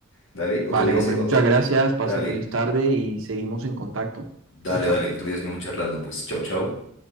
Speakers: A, on the left; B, on the right.
A: Dale, otro
B: Vale,
A: día
B: hombre,
A: se...
B: muchas
A: o- o-
B: gracias.
A: o-
B: Pasa
A: dale,
B: feliz tarde y seguimos en contacto.
A: dale,
B: Chao, chao.
A: dale, otro día seguimos charlando, pues, chao, chao.